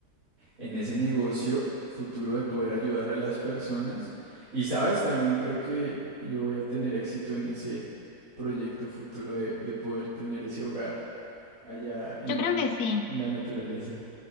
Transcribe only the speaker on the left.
Yo creo que sí.